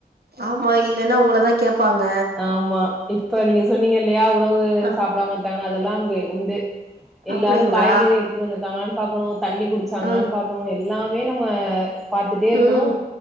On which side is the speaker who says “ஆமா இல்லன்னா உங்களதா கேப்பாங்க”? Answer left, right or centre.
Right